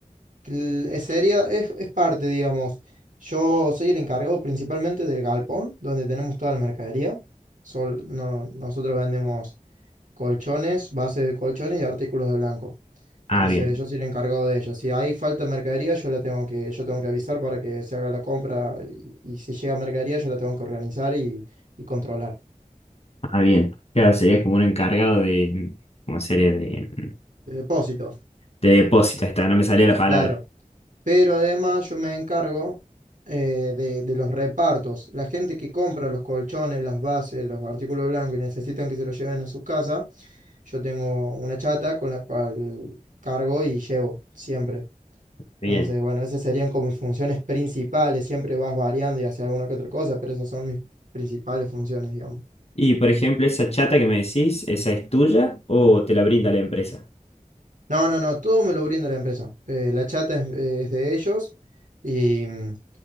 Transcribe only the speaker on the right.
L- Es seria, es, es parte, digamos. Yo soy el encargado principalmente del galpón, donde tenemos toda la mercadería. Sol- no- nosotros vendemos colchones, bases de colchones y artículos de blanco.
Entonces
yo soy el encargado de ello. Si hay falta de mercadería, yo la tengo que, yo tengo que avisar para que se haga la compra y, y si llega mercadería, yo la tengo que organizar y, y controlar.
Depósitos.
Claro, pero además yo me encargo eh, de, de los repartos. La gente que compra los colchones, las bases, los artículos blancos y necesitan que se los lleven a sus casas, yo tengo una chata con la cual cargo y llevo siempre.
Entonces, bueno, esas serían como mis funciones principales. Siempre vas variando y haces alguna que otra cosa, pero esas son mis principales funciones, digamos.
No, no, no, todo me lo brinda la empresa. Eh, la chata es, eh, es de ellos y mm,